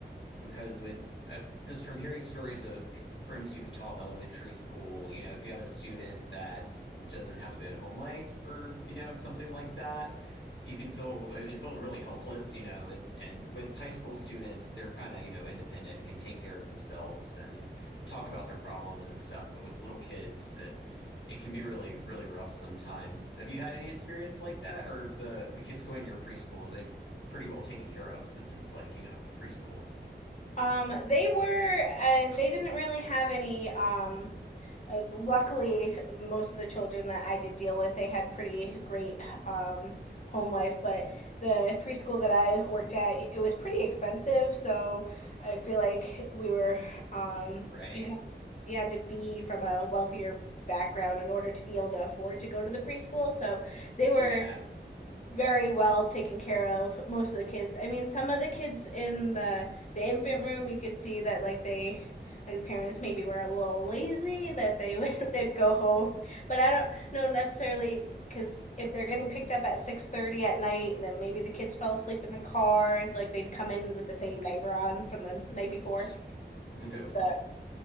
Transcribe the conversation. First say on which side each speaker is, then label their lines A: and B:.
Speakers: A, on the left; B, on the left.
A: because with uh, just from hearing stories of friends who've taught elementary school, you know, if you have a student that doesn't have a good home life or you know something like that, you can feel it feels really helpless, you know. And, and with high school students, they're kind of you know independent and can take care of themselves and talk about their problems and stuff. But with little kids, it it can be really really rough sometimes. Have you had any experience like that, or if the the kids going to your preschool, are they pretty well taken care of since it's like you know preschool?
B: Um, they were. Uh, they didn't really have any. Um, uh, luckily, most of the children that I did deal with, they had pretty great um, home life. But the preschool that I worked at, it was pretty expensive. So I feel like we were. Um,
A: Right.
B: you had you had to be from a wealthier background in order to be able to afford to go to the preschool. So they
A: Yeah.
B: were very well taken care of most of the kids i mean some of the kids in the the infant room you could see that like they like the parents maybe were a little lazy that they <laughs> they'd go home but i don't know necessarily because if they're getting picked up at 6.30 at night then maybe the kids fell asleep in the car like they'd come in with the same diaper on from the night
A: <laughs>
B: before
A: oh no.
B: but